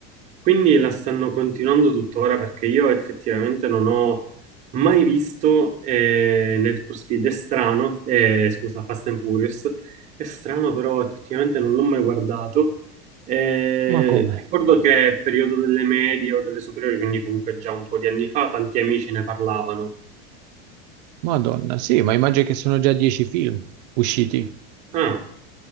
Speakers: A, on the right; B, on the right.
A: Quindi la stanno continuando tuttora perché io effettivamente non ho mai visto eh, Need for Speed. È strano, eh, scusa, Fast and Furious. È strano, però effettivamente non l'ho mai guardato. Eh,
B: Ma come?
A: ricordo che è periodo delle medie o delle superiori, quindi comunque già un po' di anni fa, tanti amici ne parlavano.
B: Madonna, sì, ma immagino che sono già dieci film usciti.
A: Ah,